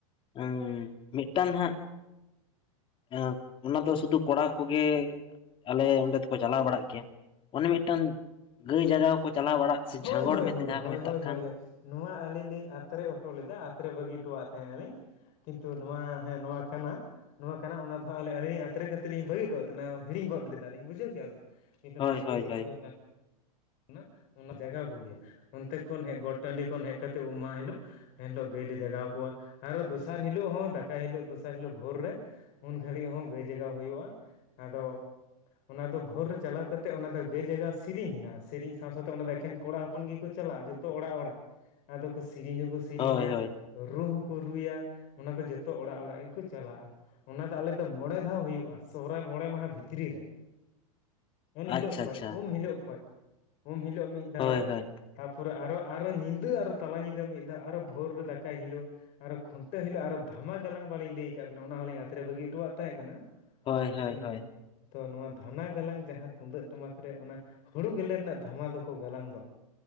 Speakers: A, on the left; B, on the left.
A: ᱟᱸ ᱢᱤᱫᱴᱟᱝ ᱦᱟᱸᱜ ᱮ ᱚᱱᱟ ᱫᱚ ᱥᱩᱫᱩ ᱠᱚᱲᱟ ᱠᱚᱜᱮ ᱟᱞᱮ ᱚᱸᱰᱮ ᱫᱚᱠᱚ ᱪᱟᱞᱟᱣ ᱵᱟᱲᱟᱜ ᱜᱮᱭᱟ ᱚᱱᱮ ᱢᱤᱫᱴᱟᱝ ᱜᱟᱹᱭ ᱡᱟᱜᱟᱣ ᱠᱚ ᱪᱟᱞᱟᱣ ᱵᱟᱲᱟᱜ ᱥᱮ
B: ᱦᱳᱭ
A: ᱡᱷᱟᱸᱜᱚᱲ
B: ᱦᱳᱭ
A: ᱢᱮᱱᱛᱮ
B: ᱦᱳᱭ
A: ᱡᱟᱦᱟᱸ
B: ᱦᱳᱭ
A: ᱠᱚ ᱢᱮᱛᱟᱜ
B: ᱦᱳᱭ
A: ᱠᱟᱱ,
B: ᱦᱳᱭ ᱱᱚᱣᱟ ᱟᱹᱞᱤᱧ ᱞᱤᱧ ᱟᱛᱨᱮ ᱦᱚᱴᱚ ᱞᱮᱫᱟ ᱟᱛᱨᱮ ᱵᱟᱹᱜᱤ ᱦᱚᱴᱚᱣᱟᱜ ᱛᱟᱦᱮᱸ ᱟᱹᱤᱧ, ᱠᱤᱱᱛᱩ ᱱᱚᱣᱟ ᱦᱮᱸ ᱱᱚᱣᱟ ᱠᱟᱱᱟ᱾ ᱱᱚᱣᱟ ᱠᱟᱱᱟ ᱚᱱᱟ ᱫᱚ ᱟᱹᱞᱤᱧ ᱟᱛᱨᱮ ᱠᱟᱛᱮᱫ ᱞᱤᱧ ᱵᱟᱹᱜᱤ ᱦᱚᱴᱚᱣᱟ ᱛᱟᱦᱮᱱᱟ ᱦᱤᱲᱤᱧ ᱜᱚᱫ ᱞᱮᱫᱟ ᱞᱤᱧ ᱵᱩᱡᱷᱟᱹᱣ ᱠᱮᱭᱟ ᱵᱮᱱ᱾ ᱠᱤᱱᱛᱩ
A: ᱦᱳᱭ
B: ᱱᱚᱣᱟ ᱜᱟᱹᱭ
A: ᱦᱳᱭ
B: ᱡᱟᱜᱟᱣ
A: ᱦᱳᱭ
B: ᱫᱚ ᱠᱟᱱᱟ ᱚᱱᱟ ᱡᱟᱜᱟᱣ ᱠᱚ ᱜᱮᱭᱟ ᱚᱱᱛᱮ ᱠᱷᱚᱱ ᱜᱚᱴ ᱴᱟᱺᱰᱤ ᱠᱷᱚᱱ ᱦᱮᱡ ᱠᱟᱛᱮᱫ ᱩᱢ ᱢᱟᱦᱟ ᱦᱤᱞᱳᱜ ᱮᱱᱦᱤᱞᱳᱜ ᱜᱟᱹᱭ ᱞᱮ ᱡᱟᱜᱟᱣ ᱠᱚᱣᱟ ᱟᱨᱚ ᱫᱚᱥᱟᱨ ᱦᱤᱞᱳᱜ ᱦᱚᱸ ᱫᱟᱠᱟᱭ ᱦᱤᱞᱳᱜ ᱫᱚᱥᱟᱨ ᱦᱤᱞᱳᱜ ᱵᱷᱳᱨ ᱨᱮ ᱩᱱ ᱜᱷᱟᱹᱲᱤᱡ ᱦᱚᱸ ᱜᱟᱹᱭ ᱡᱟᱜᱟᱣ ᱦᱩᱭᱩᱜ-ᱟ ᱟᱫᱚ, ᱚᱱᱟ ᱫᱚ ᱵᱷᱳᱨ ᱨᱮ ᱪᱟᱞᱟᱣ ᱠᱟᱛᱮᱫ ᱚᱱᱟ ᱫᱚ ᱜᱟᱹᱭ ᱡᱟᱜᱟᱣ ᱥᱮᱨᱮᱧ ᱦᱮᱱᱟᱜ-ᱟ ᱥᱮᱨᱮᱧ ᱥᱟᱶ ᱥᱟᱶ ᱛᱮ ᱚᱱᱟ ᱫᱚ ᱮᱠᱷᱮᱱ ᱠᱚᱲᱟ ᱦᱚᱯᱚᱱ ᱜᱮᱠᱚ ᱪᱟᱞᱟᱜ-ᱟ ᱡᱚᱛᱚ ᱚᱲᱟᱜ ᱚᱲᱟᱜ ᱟᱫᱚ ᱠᱚ ᱥᱮᱨᱮᱤᱧ ᱦᱚᱸᱠᱚ ᱥᱮᱨᱮᱧᱟ᱾
A: ᱦᱳᱭ ᱦᱳᱭ
B: ᱨᱩ ᱦᱚᱸᱠᱚ ᱨᱩᱭᱟ ᱚᱱᱟ ᱫᱚ ᱡᱚᱛᱚ ᱚᱲᱟᱜ ᱚᱲᱟᱜ ᱜᱮᱠᱚ ᱪᱟᱞᱟᱜ-ᱟ᱾ ᱚᱱᱟ ᱫᱚ ᱟᱞᱮ ᱫᱚ ᱢᱚᱬᱮ ᱫᱷᱟᱣ ᱦᱩᱭᱩᱜ-ᱟ ᱥᱚᱦᱚᱨᱟᱭ ᱢᱚᱬᱮ ᱢᱟᱦᱟ ᱵᱷᱤᱛᱨᱤ ᱨᱮ᱾ ᱮᱱᱦᱤᱞᱳᱜ
A: ᱟᱪᱪᱷᱟ
B: ᱠᱷᱚᱱ
A: ᱟᱪᱪᱷᱟ
B: ᱩᱢ ᱦᱤᱞᱳᱜ ᱠᱷᱚᱱ ᱩᱢ ᱦᱤᱞᱳᱜ ᱢᱤᱫ ᱫᱷᱟᱣ,
A: ᱦᱳᱭ ᱦᱳᱭ
B: ᱛᱟᱯᱚᱨᱮ ᱟᱨᱚ ᱟᱨᱚ ᱧᱤᱫᱟᱹ ᱟᱨᱚ ᱛᱟᱞᱟ ᱧᱤᱫᱟᱹ ᱢᱤᱫ ᱫᱷᱟᱣ ᱟᱨᱚ ᱵᱷᱳᱨ ᱨᱮ ᱫᱟᱠᱟᱭ ᱦᱤᱞᱳᱜ, ᱟᱨᱚ ᱠᱷᱩᱱᱴᱟᱹ ᱦᱤᱞᱳᱜ ᱟᱨᱚ ᱫᱷᱟᱱᱟ ᱜᱟᱞᱟᱝ ᱵᱟᱞᱤᱧ ᱞᱟᱹᱭ ᱟᱠᱟᱫ ᱵᱤᱱᱟ ᱚᱱᱟ ᱦᱚᱸᱞᱤᱧ ᱟᱛᱨᱮ ᱵᱟᱹᱜᱤ ᱦᱚᱴᱚᱣᱟᱜ ᱛᱟᱦᱮᱸ ᱠᱟᱱᱟ᱾
A: ᱦᱳᱭ ᱦᱳᱭ
B: ᱞᱮᱠᱤᱱ
A: ᱦᱳᱭ᱾
B: ᱛᱚ ᱱᱚᱣᱟ ᱫᱷᱟᱱᱟ ᱜᱟᱞᱟᱝ ᱡᱟᱦᱟᱸ ᱛᱩᱢᱫᱟᱹᱜ ᱴᱟᱢᱟᱠ ᱨᱮ ᱚᱱᱟ ᱦᱩᱲᱩ ᱜᱮᱞᱮ ᱨᱮᱱᱟᱜ, ᱫᱷᱟᱱᱟ ᱫᱚᱠᱚ ᱜᱟᱞᱟᱝ ᱫᱚ